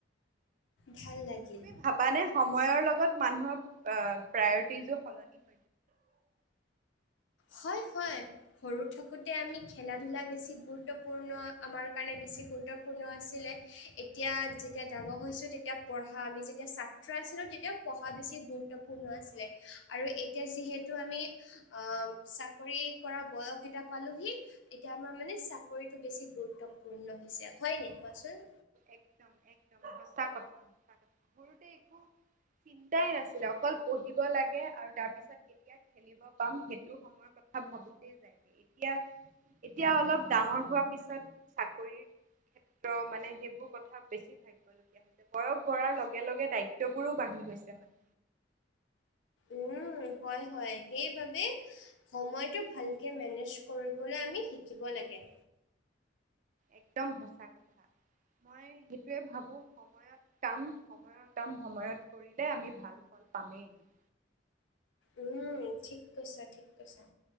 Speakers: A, on the left; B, on the right.
A: ভাল লাগিল।
B: ভবানে সময়ৰ লগত মানুহৰ প্ৰায়ৰিটিযোৰ সলনি হয়।
A: হয় হয়। সৰু থাকোতে আমি খেলা-ধূলা বেছি গুৰুত্বপূৰ্ণ আমাৰ কাৰণে বেছি গুৰুত্ব। পূৰ্ণ আছিলে এতিয়া যেতিয়া ডাঙৰ হৈছোঁ তেতিয়া পঢ়া আমি যেতিয়া চা ছিলো তেতিয়া পঢ়া বেছি গুৰুত্বপূৰ্ণ আছিলে আৰু এতিয়া যিহেতু আমি অ, চাকৰি কৰা বয়স এটা পালেহি। এতিয়া আমাৰ মানে চাকৰিটো বেছি গুৰুত্বপূৰ্ণ হৈছে হয় নাই কোৱাচোন?
B: একদম একদম সঁচা কথা সঁচা কথা সৰুতে একো চিন্তাই নাছিলে অকল পঢ়িব লাগে আৰু তাৰ পিছত কেতিয়া খেলিব পাম সেইটো সময়ৰ কথা ভাবোতে যায় এতিয়া এতিয়া অলপ ডাঙৰ হোৱাৰ পিছত চাকৰি ক্ষেত্ৰ মানে সেই বোৰ কথা বেছি ভাবিব লগীয়া হৈছে বয়স বঢ়াৰ লগে লগে দায়িত্ববোৰো বাঢ়ি গৈছে মানে।
A: উম হয় হয় সেইবাবে সময়টো ভালকে মেনেজ কৰিবলৈ আমি শিকিব লাগে।
B: একদম সঁচা কথা মই সেইটোৱে ভাবোঁ সময় সময়ত কাম সময়ৰ কাম সময়ত কৰিলে আমি ভাল ফল পামেই এদিন।
A: উম, ঠিক কৈছা ঠিক কৈছা।